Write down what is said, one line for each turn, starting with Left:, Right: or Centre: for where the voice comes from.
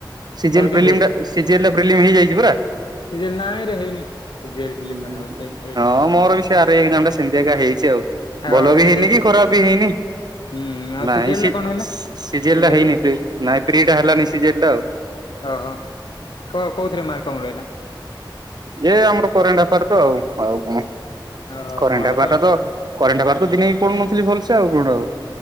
Right: ସିଯିଏଲ୍
Left: ତୋର କେମିତି
Right: ପ୍ରିଲିମ୍
Left: ହେଇଛି
Right: ଟା ସିଯିଏଲ୍ ର ପିଲିମ୍ ଟା ହେଇଯାଇଛି ପରା
Left: ସିଜିଏଲ ନାଁଇ ରେ ହେଇନି ସିଜିଏଲ୍ ଫିଲ୍ମ
Right: ହୁଁ
Left: ଗୁରା ହଉଛି ହେଇନି
Right: ହଁ ମୋର ବି ସେ ଆର୍ ଆଇ ଏକ୍ଜାମ ଟା ସେମିତିଆ ଏକା ହେଇଛି ଆଉ
Left: ଆଉ
Right: ଭଲ
Left: ଆଉ
Right: ବି
Left: ସିଜିଏଲ୍
Right: ହେଇନି କି ଖରାପ ବି ହେଇନି
Left: ହୁଁ ଆଉ
Right: ନାଇଁ
Left: ସିଜିଏଲ୍ ର କଣ ହେଲା
Right: ସିଜେଏଲ
Left: ସିଜିଏଲ୍
Right: ହେଇନି
Left: ର
Right: ନାଇଁ ପ୍ରି ଟା ହେଲାନି ସିଜେଲା ଆଉ
Left: ଓହୋ କ କୋଉଥିରେ ମାର୍କ କମ୍ ରହିଲା
Right: ଏଇ ଆମର କରେଣ୍ଟ ଏଫାଇଆର ରେ ତ ଆଉ ଆଉ କଣ
Left: ଓହୋ
Right: କରେଣ୍ଟ
Left: ମୋର
Right: ଏଫାଇଆର୍ ଟା ତ କରେଣ୍ଟ ଏଫାଇଆର୍ ତ ଦିନେ ହି ପଢ଼ୁନଥିଲି ଭଲସେ ଆଉ କଣ ଆଉ